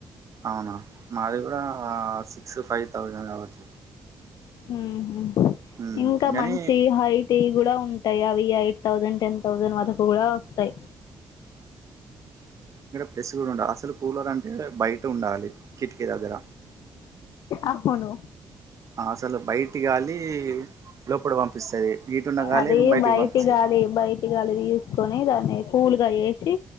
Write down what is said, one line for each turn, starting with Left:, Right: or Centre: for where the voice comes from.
Right: అవునా మాది కూడా సిక్స్ ఫైవ్ థౌజండ్ కావచ్చు
Left: మ్ హు
Right: ఉమ్,
Left: ఇంకా
Right: కానీ
Left: మంచి యి హైట్యి కూడా ఉం టయి అవి ఎయిట్ థౌజండ్ టెన్ థౌజండ్ వరకు కుడా వస్తాయి
Right: రెస్ కూడా ఉండాలి అసలు కూలర్ అంటే బయట ఉండాలి కిటికీ దగ్గర
Left: అవును
Right: అసలు బయటి గాలి లోపల పంపిస్తది ఇటున్న గాలి
Left: అది
Right: బయటికి
Left: బయటి
Right: పంపిస్తది
Left: గాలి బయటి గాలి తీసుకొని దా ని కూల్గా చేసి